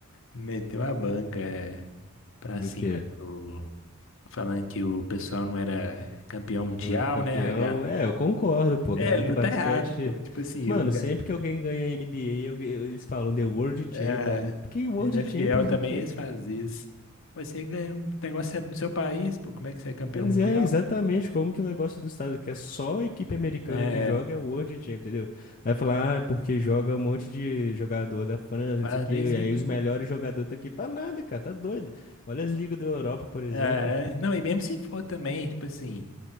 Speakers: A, on the left; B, on the left.
A: Meteu a banca é, pra
B: Do
A: cima
B: quê?
A: do. Falando que o pessoal não era campeão mundial,
B: Não era campeão?
A: né, H?
B: É, eu concordo, pô,
A: É,
B: galera
A: ele
B: do
A: não
B: basquete.
A: tá errado, pô. Tipo assim,
B: Mano,
A: o
B: sempre que alguém ganha NBA, alguém- eles falam The World
A: É,
B: Champions. Que World
A: NFL
B: Champions
A: também
B: do quê,
A: eles
B: cara?
A: fazem isso. Mas Você ganha um negócio é do seu país, pô, como é que você é campeão
B: Quer dizer,
A: mundial?
B: é exatamente como que o negócio do estado, que é só a equipe americana
A: É,
B: que joga é o World Champions, entendeu? Vai falar, ah, é porque joga um monte de jogador da França,
A: não faz
B: não sei o quê,
A: nem sentido.
B: e aí os melhores jogadores tá aqui, tá nada, cara, tá doido. Olha as ligas da Europa, por exemplo.
A: né? É, não, e mesmo se for também, tipo assim,